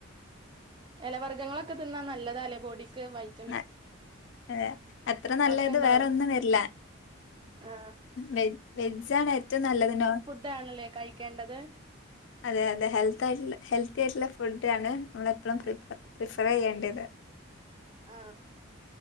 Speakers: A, on the right (about 20°); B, on the left (about 60°).
A: എലവർഗ്ഗങ്ങളൊക്കെ തിന്നാ നല്ലതാല്ലേ ബോഡിക്ക് വൈയ്
B: ആഹ് ഏഹ് അത്ര നല്ലത്
A: ഒക്കെ ഉണ്ടാവും
B: വേറൊന്നും വരില്ല
A: ആ
B: വെജ വെജാണ് ഏറ്റവും നല്ലത് നോ
A: ഇതാണല്ലേ കയിക്കേണ്ടത്
B: അതെയതെ ഹെൽത്ത് ആയിട്ടു ഹെൽത്തിയായിട്ടുള്ള ഫുഡാണ് നമ്മളെപ്പോഴും പ്രി പ്രിഫർയ്യേണ്ടത്
A: ആഹ്